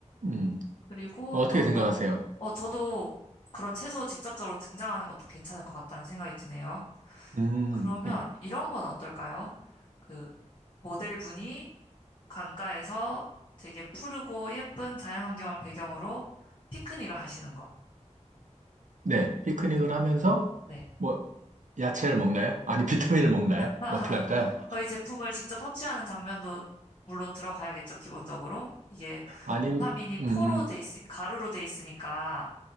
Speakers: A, on the right; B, on the left.
A: 음.
B: 그리고
A: 어떻게
B: 또
A: 생각하세요?
B: 너무, 어, 저도 그런 채소 직접적으로 등장하는 것도 괜찮을 것 같다는 생각이 드네요.
A: 음.
B: 그러면
A: 네.
B: 이런 건 어떨까요? 그, 모델분이 강가에서 되게 푸르고 예쁜 자연환경을 배경으로 피크닉을 하시는 거.
A: 네. 피크닉을 하면서
B: 네.
A: 뭐 야채를 먹나요? 아니, 비타민을 먹나요?
B: <laughs>
A: 어떻게 할까요?
B: 저희 제품을 직접 섭취하는 장면도 물론 들어가야겠죠, 기본적으로. 이게
A: 아님,
B: 비타민이 포로
A: 음,
B: 돼 있, 가루로 돼 있으니까.